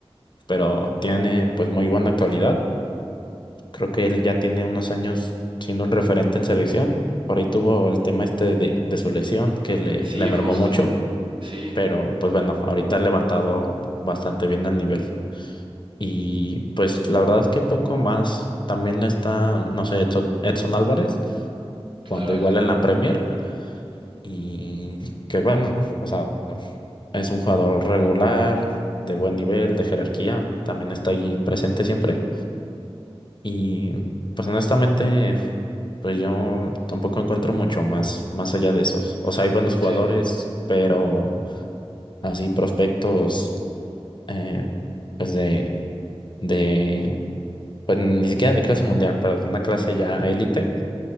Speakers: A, on the left (about 50°); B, on the right (about 50°).
A: Pero tiene pues muy buena actualidad. Creo que él ya tiene unos años siendo un referente en selección. Por ahí tuvo el tema este de, de su lesión que le,
B: sí,
A: le mermó
B: justo,
A: mucho.
B: sí,
A: Pero pues bueno, ahorita ha levantado bastante bien el nivel. Y pues la verdad es que poco más. También está, no sé, Edson Edson Álvarez,
B: claro,
A: cuando igual
B: el-
A: en la Premier. Y que bueno, o sea, es un jugador regular, de buen nivel, de jerarquía, también está ahí presente siempre. Y pues honestamente, pues yo tampoco encuentro mucho más, más allá de esos. O sea, hay buenos jugadores,
B: sí,
A: pero así prospectos, eh, pues de, de, pues ni siquiera de clase mundial, pero de una clase ya élite.